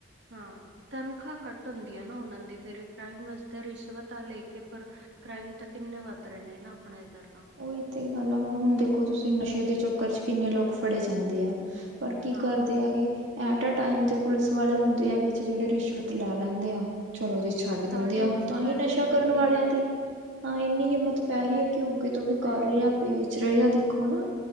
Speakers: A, on the right; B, on the right.
A: ਹਾਂ, ਤਨਖਾਹ ਘੱਟ ਹੁੰਦੀ ਆ ਨਾ ਉਹਨਾਂ ਦੀ, ਫਿਰ ਕ੍ਰਾਈਮ ਵਾਸਤੇ ਰਿਸ਼ਵਤਾਂ ਲੇਕੇ ਪਰ ਕ੍ਰਾਈਮ ਤਾਂ ਕਿੰਨੇ ਵੱਧ ਰਹੇ ਨੇ ਨਾ, ਆਪਣੇ ਇੱਧਰ ਤਾਂ।
B: ਓਹੀ ਤੇ ਗੱਲ ਆ, ਹੁਣ ਦੇਖੋ ਤੁਸੀਂ ਨਸ਼ੇ ਦੇ ਚੱਕਰ'ਚ ਕਿੰਨੇ ਲੋਕ ਫੜੇ ਜਾਂਦੇ ਆ। ਪਰ, ਕੀ
A: ਹਾਂ
B: ਕਰਦੇ ਆਗੇ ਐਟ ਟਾਈਮ ਤੇ ਪੁਲਿਸ ਵਾਲੇ ਹੁੰਦੇ ਆ ਵਿੱਚ ਜਿਹੜੇ ਰਿਸ਼ਵਤ ਲੈ ਲੈਂਦੇ ਆ। ਚਲੋ ਜੀ ਛੱਡ ਦਿੰਦੇ
A: ਸਾਡੇ
B: ਆ ਹੁਣ,
A: ਸਾਡੇ
B: ਤਾਂਹੀ ਨਸ਼ਾ
A: ਸਿਟੀ
B: ਕਰਨ ਵਾਲਿਆਂ ਦੀ ਹਾਂ ਇੰਨੀ ਹਿੰਮਤ ਪੈ ਰਹੀ ਹੈ ਕਿ ਉਹ ਕਿਤੋਂ ਵੀ ਕਰ
A: ਪੈ
B: ਰਿਹਾ
A: ਰਹੀ
B: ਆ, ਬੇਚ ਰਹੇ ਆ 'ਦੇਖੋ ਨਾ